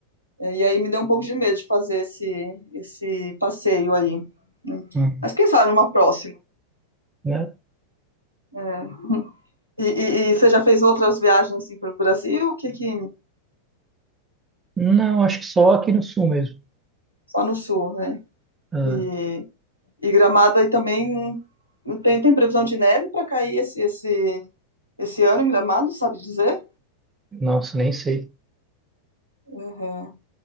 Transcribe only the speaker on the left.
e aí me deu um pouco de medo de fazer esse, esse passeio aí. né?
Mas quem sabe numa próxima.
É. E, e- e você já fez outras viagens assim para o Brasil? Que, que
só no sul, né?
E, e Gramado aí também tem, tem previsão de neve para cair esse, esse, esse ano em Gramado, sabe dizer?
Uhum.